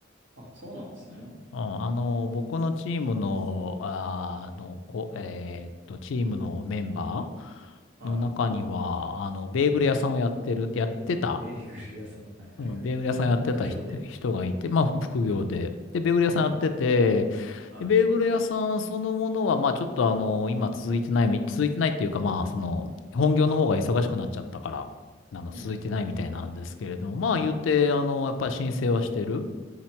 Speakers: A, on the right; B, on the left.
A: あ、そうなんですね。
B: うん、あの、僕のチームの、あーあの、こ、えーっと、チームのメンバー
A: はい。
B: の中には、あの、ベーグル屋さんをやってる、やってた
A: ベーグル屋さん。はいはいはい。
B: うん、ベーグル屋さんやってたひ人がいて、
A: 副業で。
B: まあ、副業で。で、ベーグル屋さんやってて、
A: ええ、はい。
B: で、ベーグル屋さんそのものは、まあ、ちょっとあの、今続いてないみ、続いてないっていうか、まあ、その、本業の方が忙しくなっちゃったから、あの、続いてないみたいなんですけれども、
A: うんうんうん。
B: まあ、言って、
A: うん。
B: あの、やっぱり申請はしてる。